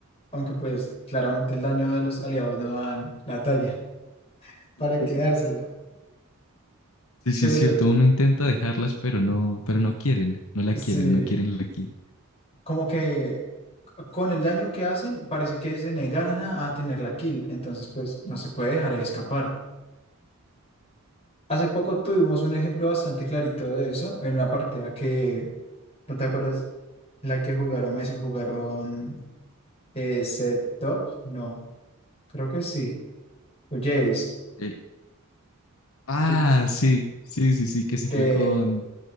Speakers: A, on the left; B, on the left.
A: aunque pues claramente el daño de los aliados no dan la talla para
B: Sí,
A: quedársela.
B: sí. Sí, sí,
A: Pero,
B: es cierto, uno intenta dejarlas, pero no, pero no quieren, no la
A: Sí,
B: quieren, no quieren la kill.
A: como que con el daño que hacen, parece que se negaran a, a tener la kill, entonces pues no se puede dejar de escapar. Hace poco tuvimos un ejemplo bastante clarito de eso, en una partida que, ¿no te acuerdas? La que jugaron Messi, jugaron eh, Set Top, no, creo que sí, o Jace,
B: Eh, ah,
A: Ye-
B: sí, sí, sí, sí, que se
A: que,
B: fue con